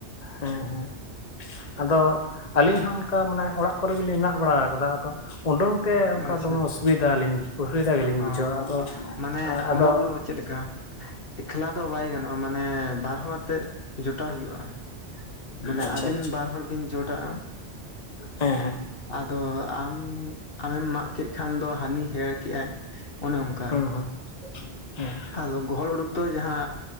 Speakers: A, on the left; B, on the left.
A: ᱦᱮ ᱦᱮ ᱟᱫᱚ ᱟᱞᱤᱧ ᱦᱚ ᱚᱱ ᱚᱱᱠᱟ ᱢᱟᱱᱮ ᱚᱲᱟᱜ ᱠᱚᱨᱮ ᱜᱮᱞᱤᱧ ᱢᱟᱜ ᱵᱟᱲᱟ ᱠᱟᱫᱟ ᱟᱫᱚ ᱩᱰᱩᱝ ᱛᱮ ᱚᱱᱠᱟ
B: ᱟᱪᱪᱷᱟ
A: ᱫᱚᱢᱮ ᱚᱥᱵᱤᱫᱟᱞᱤᱧ ᱚᱥᱩᱵᱤᱫᱟ ᱜᱮᱞᱤᱧ
B: ᱦᱚᱸ
A: ᱵᱩᱡᱷᱟᱣᱟ ᱟᱫᱚ
B: ᱢᱟᱱᱮ
A: ᱟ..
B: ᱚᱱᱟ
A: ᱫᱚ
B: ᱪᱮᱫ ᱞᱮᱠᱟ ᱮᱠᱞᱟ ᱫᱚ ᱵᱟᱭ ᱜᱟᱱᱚᱜ-ᱟ ᱢᱟᱱᱮ ᱵᱟᱨ ᱦᱚᱲ ᱟᱛᱮ ᱡᱚᱴᱟᱣ ᱦᱩᱭᱩ-ᱟ ᱢᱟᱱᱮ
A: ᱟᱪᱪᱷᱟ
B: ᱟᱵᱤᱱ ᱵᱟᱨ ᱦᱚᱲ ᱵᱤᱱ ᱡᱚᱴᱟᱜ-ᱟ
A: ᱦᱮ ᱦᱮ
B: ᱟᱫᱚ ᱟᱢ ᱟᱢᱮᱢ ᱢᱟᱜ ᱠᱮᱜ ᱠᱷᱟᱱ ᱫᱚ ᱦᱟᱱᱤ ᱦᱮᱲ ᱠᱮ ᱟᱭ ᱚᱱᱮ ᱚᱝᱠᱟ
A: ᱦᱩᱸ ᱦᱩᱸ ᱦᱮᱸ
B: ᱟᱫᱚ ᱜᱚᱦᱚᱲ ᱩᱰᱩᱠ ᱫᱚ ᱡᱟᱸᱦᱟ